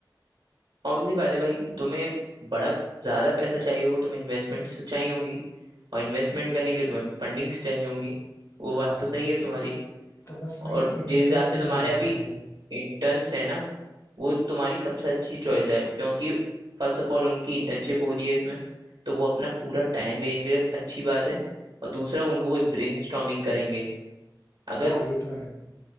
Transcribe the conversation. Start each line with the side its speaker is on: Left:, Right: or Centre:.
Right: ऑब्वियसली बात है भाई तुम्हें बड़ा ज्यादा पैसा चाहिए होगा तुम्हें इन्वेस्टमेंट्स तो चाहिए होंगी और इन्वेस्टमेंट करने के लिए तुम्हें फंडिंग्स चाहिए होंगी वो
Left: हाँ
Right: बात तो सही है तुम्हारी
Left: तो बस वही
Right: और जिस
Left: इन्वेस्टर्स
Right: हिसाब से
Left: के
Right: तुम्हारे
Left: लिए आया
Right: अभी
Left: था यहाँ पे
Right: इंटर्न्स है ना वो तुम्हारी सबसे अच्छी चॉइस है क्योंकि फर्स्ट ऑफ ऑल उनकी इंटर्नशिप हो रही है इसमें तो वो अपना पूरा टाइम देंगे अच्छी बात है और दूसरा उन वो ब्रेनस्टॉर्मिंग करेंगे अगर
Left: हाँ ये तो है